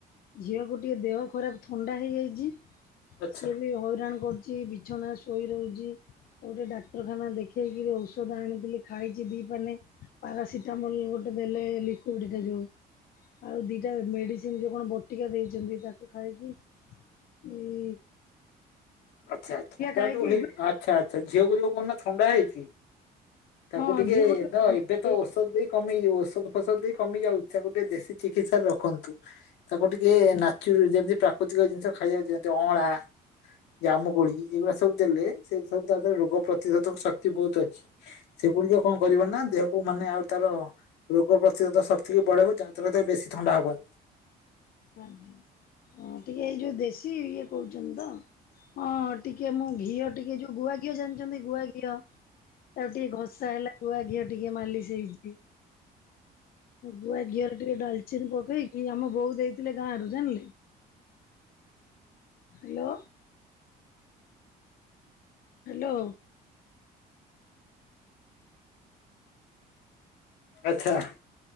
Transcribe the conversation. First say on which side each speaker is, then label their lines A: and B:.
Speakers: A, on the left; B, on the left.
A: ଝିଅକୁ ଟିକେ ଦେହ ଖରାପ ଥଣ୍ଡା ହେଇଯାଇଛି।
B: ଆଚ୍ଛା
A: ସିଏ ବି ହଇରାଣ କରୁଛି, ବିଛଣା ଶୋଇ ରହୁଛି। ତାକୁ ଟିକେ ଡାକ୍ତରଖାନା ଦେଖେଇକିରି ଔଷଧ ଆଣିଥିଲି ଖାଇଛି ଦିଇପାନେ। ପାରାସିଟାମଲ ଗୋଟେ ଦେଲେ ଲିକୁଇଡଟା ଯୋଉ। ଆଉ ଦୁଇଟା ମେଡ଼ିସିନ୍ ଯେଉଁ କ'ଣ ବଟିକା ଦେଇଛନ୍ତି ତାକୁ ଖାଇକି ହୁଁ।
B: ଆଚ୍ଛା, ଆଚ୍ଛା, ଥଣ୍ଡା
A: ଖାଇକି
B: ତାକୁ ନେଇ
A: ଏବେ
B: ଆଚ୍ଛା ଆଚ୍ଛା ଝିଅକୁ ଯୋଉ କହୁନ ଥଣ୍ଡା ହେଇଛି ତାକୁ
A: ହଁ
B: ଟିକେ
A: ଝିଅକୁ ଟିକେ
B: ତ ଏବେ ତ ଔଷଧ ଦେଇ କମି ଯିବ ଔଷଧ ଫୌଷଧ ଦେଇ କମିଯାଉ ତାକୁ ଟିକେ ଦେଶୀ ଚିକିତ୍ସାରେ ରଖନ୍ତୁ। ତାକୁ ଟିକେ ନାଚୁ ଯେମିତି ପ୍ରାକୃତିକ ଜିନିଷ ଖାଇବାକୁ ଦିଅନ୍ତୁ ଅଁଳା ଜାମୁକୋଳି ଏଇ ଗୁଡା ସବୁ ଦେଲେ ସେ ସବୁ ତା ଧିରେ ରୋଗ ପ୍ରତିରୋଧକ ଶକ୍ତି ବହୁତ ଅଛି। ସେଗୁଡିକ କ'ଣ କରିବ ନା ଦେହକୁ ମାନେ ଆଉ ତାର ରୋଗ ପ୍ରତିରୋଧ ଶକ୍ତିକୁ ବଢେଇବ ଯା <inaudible> ବେଶୀ ଥଣ୍ଡା ହବନି।
A: ଆଜ୍ଞା, ହଁ, ଟିକେ ଏଇ ଯୋଉ ଦେଶୀ ଇଏ କହୁଛନ୍ତି ତ। ହଁ, ଟିକେ ମୁଁ ଘିଅ ଟିକେ ଯୋଉ ଗୁଆ ଘିଅ ଜାଣିଛନ୍ତି ଗୁଆ ଘିଅ। ତାକୁ ଟିକେ ଘସା ହେଲା ଗୁଆ ଘିଅ ଟିକେ ମାଲିସ ହେଇଛି। ଗୁଆ ଘିଅରେ ଟିକେ ଡାଲଚିନ ପକେଇକି ଆମ ବୋଉ ଦେଇଥିଲେ ଗାଁରୁ ଜାଣିଲେ। Hello hello?
B: ଆଚଛା।